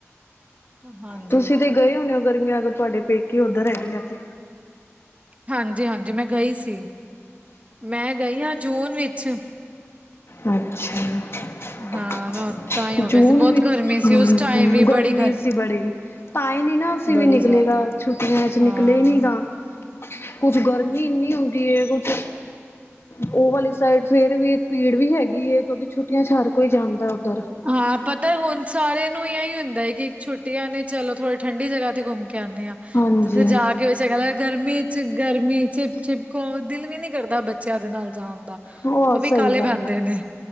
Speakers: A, on the right; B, on the left.
A: ਹਾਂਜੀ
B: ਤੁਸੀਂ ਤੇ ਗਏ ਹੁਣੇ ਉਹ ਗਰਮੀਆਂ ਅਗਰ ਤੁਆਡੇ ਪੇਕੇ ਉੱਧਰ ਹੈਗੀ ਐ ਤੇ
A: ਹਾਂਜੀ ਹਾਂਜੀ ਮੈਂ ਗਈ ਸੀ ਮੈਂ ਗਈ ਆ ਜੂਨ ਵਿੱਚ
B: ਆਛਾ
A: ਹਾਂ ਮੈਂ ਤਾਂ ਹੀ ਹੋ
B: ਜੂਨ
A: ਗਿਆ ਸੀ ਬਹੁਤ
B: ਵਿੱਚ
A: ਗਰਮੀ ਸੀ
B: ਹੂ
A: ਉਸ ਟਾਈਮ
B: ਹੂ
A: ਵੀ
B: ਗਰਮੀ
A: ਬੜੀ
B: ਸੀ ਬੜੀ ਤਾਂ ਨੀ ਨਾ ਅਸੀਂ
A: ਬੜੀ
B: ਵੀ ਨਿਕਲੀ
A: ਜ਼ਿਆਦਾ।
B: ਦਾ ਛੁੱਟੀਆਂ ਚ
A: ਹਾਂ।
B: ਨਿਕਲੇ ਨੀ ਗਾ ਆ ਕੁਛ ਗਰਮੀ ਇੰਨੀ ਹੁੰਦੀ ਏ ਕੁਛ ਉਹ ਵਾਲੀ ਸਾਈਡ ਫੇਰ ਵੀ ਪੀੜ ਵੀ ਹੈਗੀ ਕਿਉਂਕਿ ਛੁੱਟੀਆਂ ਚ ਹਰ ਕੋਈ ਜਾਂਦਾ ਉੱਧਰ
A: ਆ ਪਤਾ ਹੁਣ ਸਾਰੇ ਨੂੰ ਇਹੀ ਹੁੰਦਾ ਕਿ ਛੁੱਟੀਆਂ ਨੇ ਚਲੋ ਥੋੜੇ ਠੰਢਡੀ ਜਗ੍ਹਾ ਤੇ ਘੁੰਮ ਕੇ ਆਣੇ ਆ
B: ਹਾਂਜੀ।
A: ਜਿੱਥੇ ਜਾ ਆ ਿਆ ਗਰਮੀ ਚ ਗਰਮੀ ਚਿਪ ਚਿਪਕੋ ਦਿਲ ਵੀ ਨੀ ਕਰਦਾ ਬੱਚਿਆਂ ਦੇ ਨਾਲ ਜਾਣ ਦਾ।
B: ਹੋਰ
A: ਉਹ
B: ਸਹੀ
A: ਵੀ ਕਾਲੇ
B: ਗੱਲ
A: ਪੈਂਦੇ
B: ਆ,
A: ਨੇ